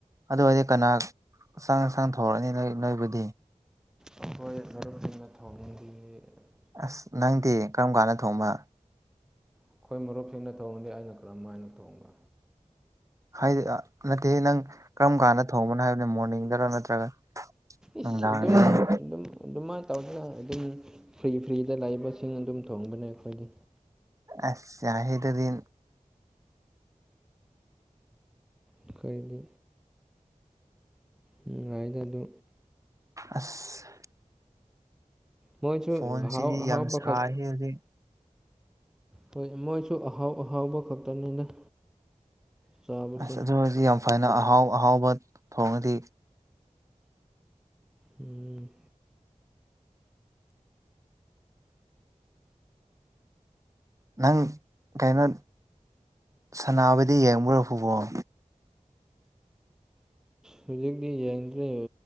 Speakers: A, on the right (about 25°); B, in the centre.
A: ꯑꯗꯨ ꯑꯣꯏꯔꯗꯤ ꯀꯅꯥ ꯆꯥꯛ ꯏꯟꯁꯥꯡ ꯊꯣꯡꯔꯅꯤ ꯅꯣꯏ ꯅꯣꯏꯕꯨꯗꯤ꯫
B: ꯑꯩꯈꯣꯏ ꯃꯔꯨꯞꯁꯤꯅ ꯊꯣꯡ <unintelligible>
A: ꯑꯁ ꯅꯪꯗꯤ ꯀꯔꯝ ꯀꯥꯟꯗ ꯊꯣꯡꯕ꯫
B: ꯑꯩꯈꯣꯏ ꯃꯔꯨꯞꯁꯤꯡꯅ ꯊꯣꯡꯉꯗꯤ ꯑꯩꯅ ꯀꯔꯝ ꯍꯥꯏꯅ ꯊꯣꯡꯕ꯫
A: ꯍꯥꯏꯗꯤ ꯑꯥ ꯅꯠꯇꯦꯍꯦ ꯅꯪ ꯀꯔꯝ ꯀꯥꯟꯗ ꯊꯣꯡꯕꯅꯣ ꯍꯥꯏꯕꯅꯦ ꯃꯣꯔꯅꯤꯡꯗꯔ ꯅꯠꯇ꯭ꯔꯒ꯫ ꯅꯨꯡꯗꯥꯡꯗꯔ
B: ꯏꯁ ꯑꯗꯨꯝ ꯑꯗꯨꯝ ꯑꯗꯨꯃꯥꯏꯅ ꯇꯧꯗꯦꯗ ꯑꯗꯨꯝ ꯐ꯭ꯔꯤ ꯐ꯭ꯔꯤꯗ ꯂꯩꯕꯁꯤꯡ ꯑꯗꯨꯝ ꯊꯣꯡꯕꯅꯦ ꯑꯩꯈꯣꯏꯗꯤ꯫
A: ꯑꯁ ꯌꯥꯏꯍꯦ ꯑꯗꯨꯗꯤ꯫
B: ꯑꯩꯈꯣꯏꯗꯤ꯫ ꯅꯨꯡꯉꯥꯏꯗ ꯑꯗꯨ꯫
A: ꯑꯁ꯫
B: ꯃꯣꯏꯁꯨ
A: ꯐꯣꯟꯁꯤꯗꯤ
B: ꯑꯍꯥꯎ ꯑꯍꯥꯎꯕ
A: ꯌꯥꯝ
B: ꯈꯛ
A: <unintelligible> ꯍꯧꯖꯤꯛ
B: ꯍꯣꯏ ꯃꯣꯏꯁꯨ ꯑꯍꯥꯎ ꯑꯍꯥꯎꯕ ꯈꯛꯇꯅꯤꯗ꯫ ꯆꯥꯕꯁꯦ
A: ꯑꯁ ꯑꯗꯨ ꯑꯣꯏꯔꯗꯤ ꯌꯥꯝ ꯐꯩꯅ ꯑꯍꯥꯎ ꯑꯍꯥꯎꯕ ꯊꯣꯡꯉꯗꯤ꯫
B: ꯎꯝ꯫
A: ꯅꯪ ꯀꯩꯅꯣ ꯁꯅꯥꯕꯗꯤ ꯌꯦꯡꯕ꯭ꯔꯣ ꯐꯨꯠꯕꯣꯜ꯫
B: ꯍꯧꯖꯤꯛꯇꯤ ꯌꯦꯡꯗ꯭ꯔꯦ